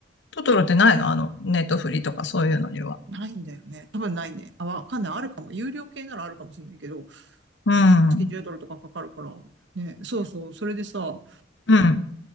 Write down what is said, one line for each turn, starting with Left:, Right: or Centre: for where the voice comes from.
Left: トトロってないのあの、ネットフリとかそういうのには。
Right: ないんだよね。多分ないね。あ、わかんない。あるかも。有料系ならあるかもしれないけど、
Left: うん。
Right: 一月10ドルとかかかるから。
Left: うん。
Right: ね、そうそう。それでさ、
Left: うん。